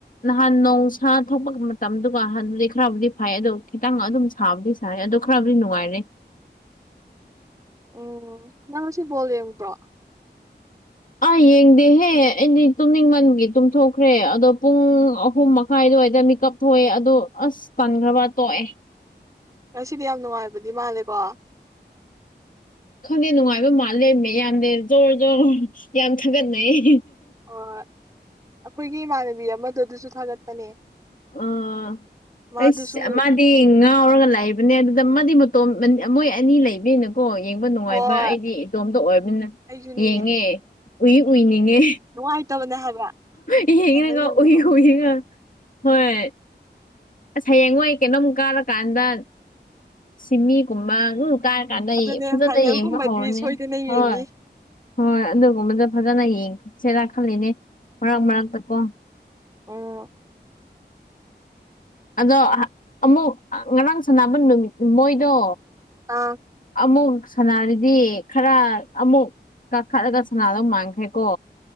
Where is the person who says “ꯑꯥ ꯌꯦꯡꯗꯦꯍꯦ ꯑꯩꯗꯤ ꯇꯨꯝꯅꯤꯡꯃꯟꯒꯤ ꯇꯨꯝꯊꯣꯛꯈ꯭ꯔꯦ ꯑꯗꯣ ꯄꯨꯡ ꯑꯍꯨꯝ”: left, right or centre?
Left